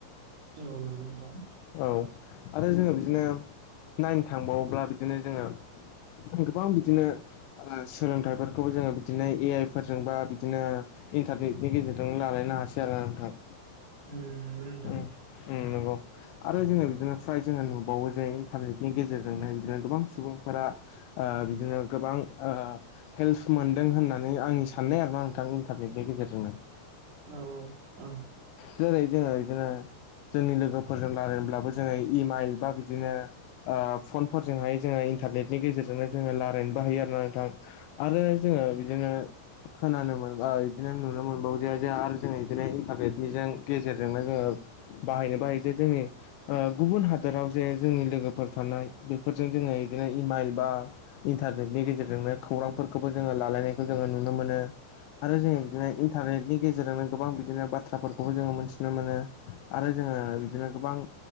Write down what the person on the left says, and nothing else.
औ आरो जोङो बिदिनो नायनो थांबावोब्ला बिदिनो जोङो गोबां बिदिनो सोलोंथाइफोरखौबो जोङो बिदिनो ए आइ फोरजोंबा बिदिनो इन्टारनेटनि गेजेरजोंनो लालायनो हासै आरो नोंथां।
उम उम नंगौ आरो जोङो बिदिनो फ्राय जोङो नुबावो जे इन्टारनेटनि गेजेरजों। बिनो गोबां सुबुंफोरा बिदिनो गोबां हेल्प मोनदों होनना होननानै आंनि साननाय आरो ना नोंथां। इन्टारनेटनि
गेजेरजोंनो
जेरै जोङो बिदिनो जोंनि लोगोफोरजों रायलायब्लाबो जों इमाइल बा बिदिनो फनजोंहाय जों इन्टारनेनि गेजेरजोंनो जो रालायनोबो हायो। थां आरो जोङो बिदिनो खोनानो मोना बिदिनो नुनो मोनबावो जाया जे आरो जोङ बिदिनो इन्टारनेटनिजों गेजेरजोंनो जोङो बाहायनो बाहायो जे जोंनि गुबुन हादोराव जे जोंनि लोगोफोर थानाय बेफोरजों जोङो बिदिनो इमाइल बा इन्टारनेटनि गेजेरजोंनो खौरांफोरखौबो जोङो लालायनाय। नुनो मोनो आरो जों बिदिनो इन्टारनेटनि गेजेरजों। गेजेरजोंनो गोबां बिदिनो बाथ्राफोरखौबो जोङो मोनथिनो मोनो आरो जोङो बिदिनो गोबां।